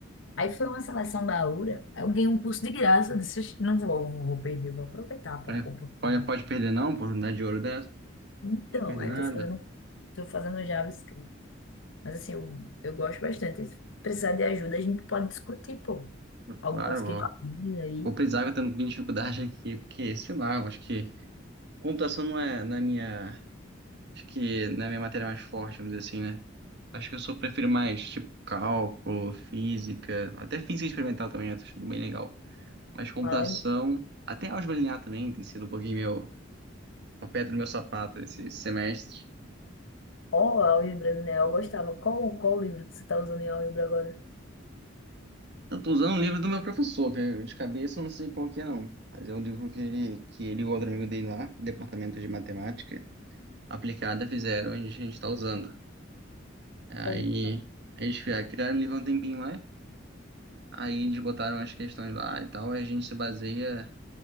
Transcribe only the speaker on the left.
Aí foi uma seleção da URA, aí eu ganhei um curso de graça. Eu disse, "Oxe, não vou, não vou perder, eu vou aproveitar a
oportunidade.
Então,
aí
tô fazendo, tô fazendo JavaScript. Mas assim, eu, eu gosto bastante. Se precisar de ajuda, a gente pode discutir, pô, algumas
questões
aí.
Fala aí,
Qual é o livro, né? Eu gostava. Qual, qual o livro que você está usando em livro agora?
Qual?